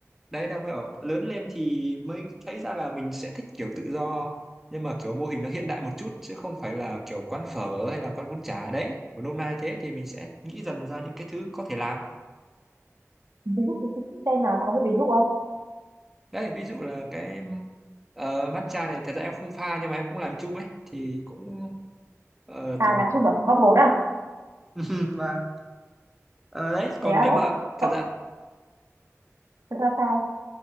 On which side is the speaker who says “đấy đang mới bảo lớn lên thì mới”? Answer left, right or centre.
Centre